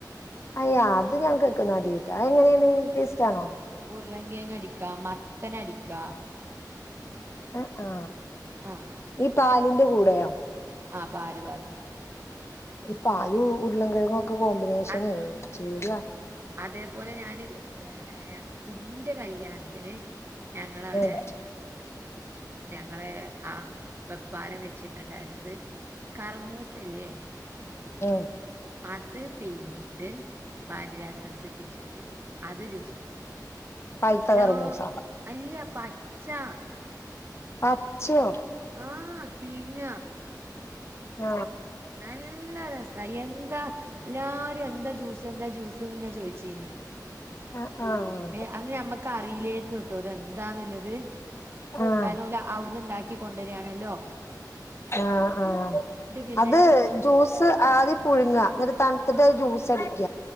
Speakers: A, on the left (about 40°); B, on the right (about 35°).
A: അയൊ അത് ഞാൻ കേക്കുന്നാദ്യട്ട അതെങ്ങനേണ് ടേസ്റ്റാണോ
B: ഉരുളങ്കയങ് അടിക്കാ മത്തനടിക്കാ
A: ആ ആ
B: ആ
A: ഇ പാലിന്റെ കൂടെയോ
B: അ പാല് വാർന്നിട്ട്
A: ഇപ്പാലും ഉരുളങ്കയങ്ങൊക്കെ കോമ്പിനേഷനെ
B: അത്
A: ചേരുവ
B: അതേപോലെ ഞാന് ഏ ഞങ്ങ് ഇന്റെ കല്യാണ ത്തിന് ഞങ്ങളവിടെ
A: ഉം
B: ഞങ്ങള് ആ വെപ്പാലം വെച്ചിട്ടുണ്ടായിരുന്നത് കർമൂസല്ലേ
A: ഇം
B: അത് പിഴിഞ്ഞീട്ട് വാനിലാസെൻസുറ്റിച്ചിട്ട് അത് ജ്യൂസാക്കി
A: പഴുത്ത
B: ഹലോ
A: കർമൂസ
B: അല്ല പച്ചാ
A: പച്ചയൊ
B: ആ പീങ്ങ
A: ആ
B: നല്ല രസ എന്താ ല്ലാരും എന്തജ്യൂസ് എന്തജ്യൂസ് ങ്ങനെ ചോയ്ച്ചീനി
A: ആഹ് ആഹ്
B: ഏ അന്ന് അമ്മക്ക് അറീലേർ ട്ടൊ ഇതെന്താന്നില്ലത്
A: ആഹ്
B: കാരണം ഓല് അവിടന്നെണ്ടാക്കി തരാണല്ലോ
A: ആ ആ
B: പിന്നെ
A: അത് ജ്യൂസ് ആദ്യ പുഴുങ്ങ എന്നട്ട് തണുത്ത്ട്ട് അത് ജ്യൂസടിക്ക